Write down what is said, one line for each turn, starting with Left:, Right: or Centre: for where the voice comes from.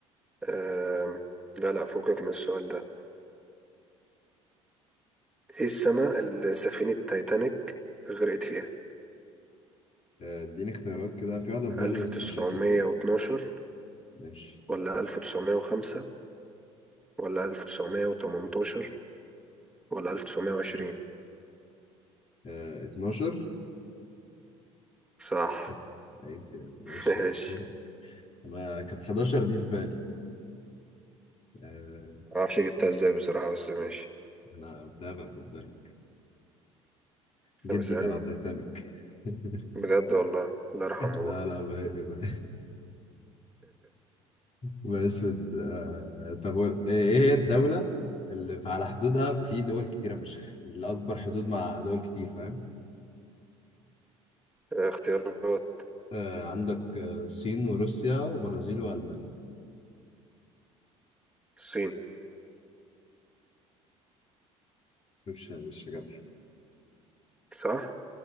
Centre: آه لا لا فوقك من السؤال ده إيه السنة اللي سفينة تايتانيك غرقت فيها
Left: آه، اديني اختيارات كده في واحدة في بالي
Centre: ألف
Left: بس
Centre: تسعمية
Left: مش اكيد منها
Centre: واتناشر
Left: ماشي
Centre: ولا ألف تسعمية وخمسة ولا ألف تسعمية وتمنتاشر ولا ألف تسعمية وعشرين
Left: آه، 12
Centre: صح
Left: ات- عيب يا باشا
Centre: <laughs> ماشي
Left: قلت لك انا كانت 11 دي في بالي آه،
Centre: معرفش جبتها إزاي بصراحة بس ماشي
Left: انا متابع خد بالك جدي
Centre: طب اسألني
Left: كان على تايتانيك <laughs>
Centre: بجد والله الله يرحمه
Left: لا
Centre: بقى
Left: لا بقى ما اسود آه... طب و- آه، ايه هي الدولة اللي على حدودها في دول كتيرة فشخ اللي أكبر حدود مع دول كتير فاهم
Centre: آه، اختيارات
Left: آه... عندك آه، الصين وروسيا وبرازيل وألمانيا
Centre: الصين
Left: مش مش جدع
Centre: صح